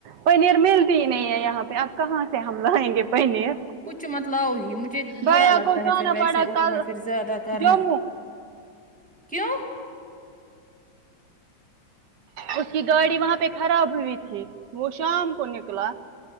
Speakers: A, on the right; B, in the centre.
A: پنیر ملتی ہی نہیں ہے یہاں پہ آب کہاں سے ہم لائیںنگے پنیر
B: کچھ مت لاؤ مجھے
A: بھیا
B: برا لگتا
A: کو جانا
B: ہے پھر ویسے
A: پڑا
B: اتنا
A: کل
B: پھر زیادہ کرنا
A: جموں
B: کیوں
A: اس کی گاڑی وہاں پہ خراب ہوئی تھی وہ شام کو نکلا